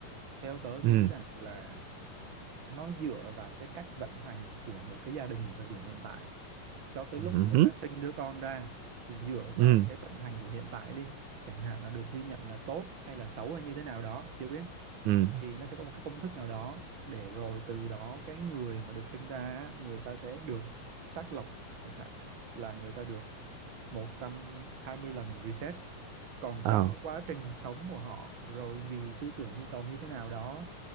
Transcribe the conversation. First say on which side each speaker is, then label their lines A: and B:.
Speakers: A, on the right; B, on the right.
A: Theo tớ
B: ừ
A: nghĩ rằng là nó dựa vào cái cách vận hành của một cái gia đình ở thời điểm hiện tại. Cho tới
B: ừ
A: lúc người
B: ừ
A: ta sinh đứa con ra thì dựa
B: ừ
A: vào cái vận hành của hiện tại đi. Chẳng hạn là được ghi nhận là tốt hay là xấu hay như thế nào đó, chưa biết.
B: ừ
A: Thì nó sẽ có một cái công thức nào đó để rồi từ đó cái người mà được sinh ra á, người ta sẽ được xác lọc chẳng hạn là người ta được 120 lần reset còn
B: Ờ.
A: trong quá trình sống của họ rồi vì tư tưởng nhu cầu như thế nào đó